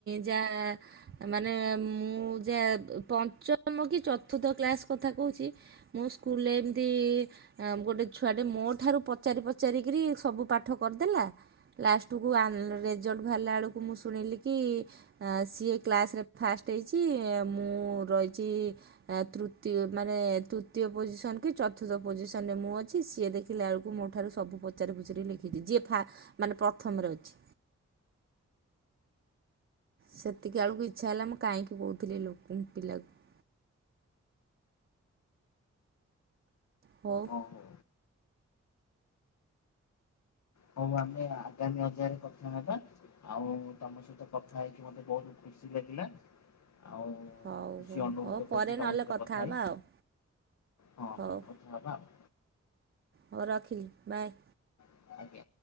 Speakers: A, on the right; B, on the left.
A: ଯା। ମାନେ ମୁଁ ଯା ପଞ୍ଚମ କି ଚତୁର୍ଥ କ୍ଲାସ କଥା କହୁଛି ମୁଁ ସ୍କୁ ସ୍କୁଲ ରେ ଏମିତି ଗୋଟେ ଛୁଆଟେ ମୋ ଠାରୁ ପଚାରି ପଚାରି କିରି ସବୁ ପାଠ କରିଦେଲା। ଲାଷ୍ଟ କୁ ଆନ ରେଜଲ୍ଟ ଭାରିଲା ବେଳକୁ। ମୁଁ ଶୁଣିଲି କି ଆଁ ସିଏ କ୍ଲାସ୍ ରେ ଫାଷ୍ଟ ହେଇଛି ମୁଁ ରହିଛି। ତୃତୀୟ ମାନେ ତୃତୀୟ ପୋଜିସନ ଚତୁର୍ଥ ପୋଜିସନରେ ମୁଁ ଅଛି ସିଏ ଦେଖିଲା ବେଳକୁ। ମୋ ଠାରୁ ସବୁ ପଚାରି ପୁଚୁରି ଲେଖିଚି ଯିଏ ଫା ମାନେ ପ୍ରଥମ ରେ ଅଛି। ସେତିକି ଆଳକୁ ଇଚ୍ଛା ହେଲା ମୁଁ କାହିଁକି କହୁଥିଲି ଲୋକଙ୍କୁ ପିଲାକୁ। ହଉ
B: ଓ ହୋ। ହଉ ଆମେ ଆଗାମୀ ଅଧ୍ୟୟ ରେ କଥା ହେବା ଆଉ ତମ ସହିତ କଥା ହେଇକି ମତେ ବହୁତ ଖୁସ ଖୁସି ଲାଗିଲା ଆଉ
A: ହଉ
B: ମୁଁ ଖୁସି
A: ହଉ
B: ଅନୁଭୂତ
A: ହଉ ପରେ
B: କରୁଛିୁ ତୁମ
A: ନହେଲେ
B: ସହିତ କଥା
A: ହେବା
B: ହେଇ।
A: ଆଉ
B: ହଁ
A: ହଉ
B: କଥା ହେବା ଆଉ।
A: ହଉ ରଖିଲି ବାଏ।
B: ଆଉ ଆଜ୍ଞା।